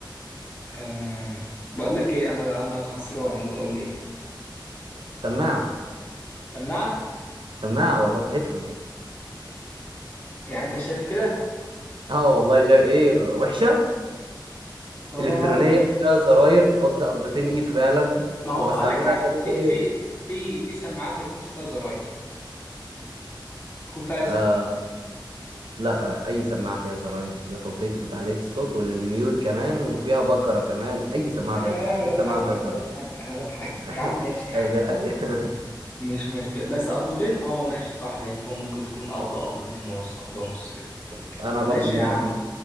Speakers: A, on the left (about 25°); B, on the right (about 80°).
A: آم... بقول لك ايه انا انا خسران يلا قول لي ايه
B: سماعة
A: <laughs> سماعة
B: سماعة والله هيدفون
A: يعني انت شايف كده
B: اه والله جاي ايه وحشة
A: ثواني
B: إلكترونية
A: يا عم
B: فيها زراير قد قبضتين إيد فعلا
A: ما هو
B: وبستعملها
A: هقول لك حاجه
B: تقريبا
A: في
B: كل يوم
A: في في في سماعات ما يكونش فيها زراير يكون فيها
B: آه
A: زر
B: لا آه، أي سماعة فيها زراير لتوطية وتعلية الصوت وللميوت كمان وفيها بكرة كمان أي سماعة
A: ايوه
B: فيها زراير
A: ايوه انا
B: مفيش
A: بتحجج
B: سماعة فيهاش
A: انا
B: زراير
A: بتحجج انا بتحجج
B: <laughs>
A: يا عم ماشي يا عم
B: أي دي حقيقة
A: اه مش مشكله بس قبضتين اه ماشي صح الهيدفون ممكن تكون قبضه قبضتين ونص قبضه ونص كده
B: <laughs> أنا برضو
A: ماشي
B: إيدي
A: يا عم
B: كبيرة